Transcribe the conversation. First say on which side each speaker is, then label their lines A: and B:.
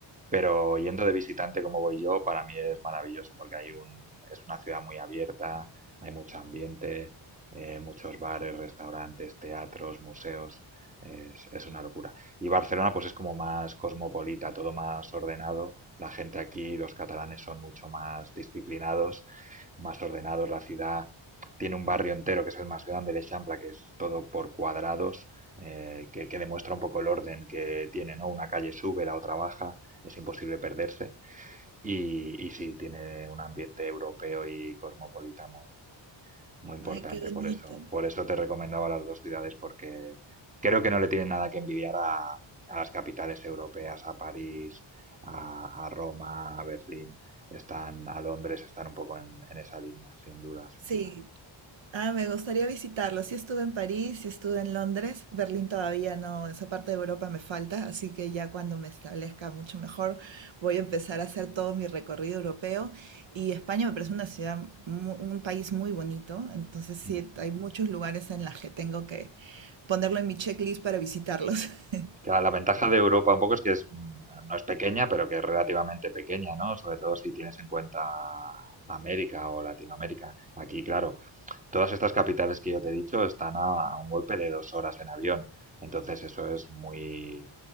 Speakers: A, on the right; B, on the right.
A: Pero yendo de visitante como voy yo, para mí es maravilloso porque hay un, es una ciudad muy abierta, hay mucho ambiente, eh, muchos bares, restaurantes, teatros, museos. Es, es una locura. Y Barcelona pues es como más cosmopolita, todo más ordenado. La gente aquí, los catalanes son mucho más disciplinados, más ordenados. La ciudad tiene un barrio entero que es el más grande, el Eixample, que es todo por cuadrados, eh, que, que demuestra un poco el orden que tiene, ¿no? Una calle sube, la otra baja, es imposible perderse. Y, y sí, tiene un ambiente europeo y cosmopolita muy, muy importante,
B: Ay, qué bonito.
A: por eso, por eso te recomendaba las dos ciudades, porque creo que no le tienen nada que envidiar a, a las capitales europeas, a París, a, a Roma, a Berlín, están a Londres, están un poco en, en esa línea, sin duda, sin
B: Sí.
A: duda.
B: Ah, me gustaría visitarlo. Sí estuve en París, sí estuve en Londres. Berlín todavía no, esa parte de Europa me falta, así que ya cuando me establezca mucho mejor voy a empezar a hacer todo mi recorrido europeo. Y España me parece una ciudad, mu- un país muy bonito, entonces sí,
A: Ujú.
B: hay muchos lugares en los que tengo que ponerlo en mi checklist para visitarlos. <laughs>
A: Claro, la ventaja de Europa un poco es que es, mm, no es pequeña, pero que es relativamente pequeña, ¿no? Sobre todo si tienes en cuenta América o Latinoamérica. Aquí, claro, Todas estas capitales que yo te he dicho están a, a un golpe de dos horas en avión, entonces eso es muy,